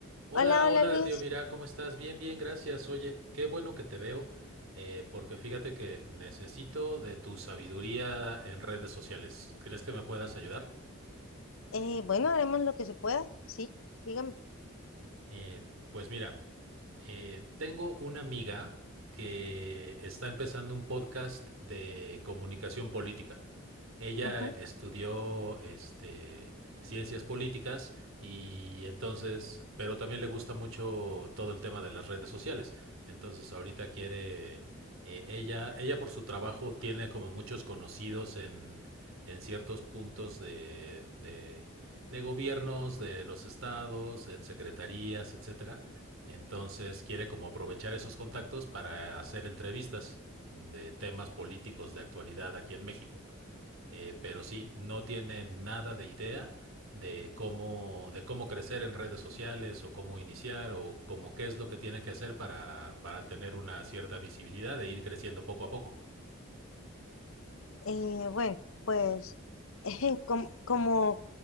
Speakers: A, on the right; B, on the left.
A: Hola,
B: Hola,
A: hola,
B: hola Luis.
A: Dios, mira, ¿cómo estás? Bien, bien, gracias. Oye, qué bueno que te veo, eh, porque fíjate que necesito de tu sabiduría en redes sociales. ¿Crees que me puedas ayudar?
B: Eh, bueno, haremos lo que se pueda, sí, dígame.
A: Eh, pues mira, eh, tengo una amiga que está empezando un podcast de comunicación política. Ella
B: Ujú.
A: estudió este, ciencias políticas y entonces, pero también le gusta mucho todo el tema de las redes sociales. Entonces ahorita quiere, eh, ella, ella por su trabajo tiene como muchos conocidos en, en ciertos puntos de, de, de gobiernos, de los estados, en secretarías, etcétera. Entonces quiere como aprovechar esos contactos para hacer entrevistas de temas políticos de actualidad aquí en México. Eh, pero sí, no tiene nada de idea de cómo, de cómo crecer en redes sociales o cómo iniciar o cómo qué es lo que tiene que hacer para, para tener una cierta visibilidad e ir creciendo poco a poco.
B: Eh, bueno, pues <laughs> eh, como, como,